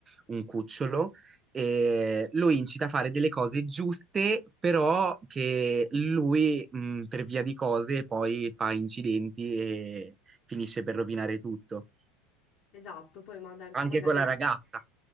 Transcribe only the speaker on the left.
Esatto, poi ma da-
magari...
ad-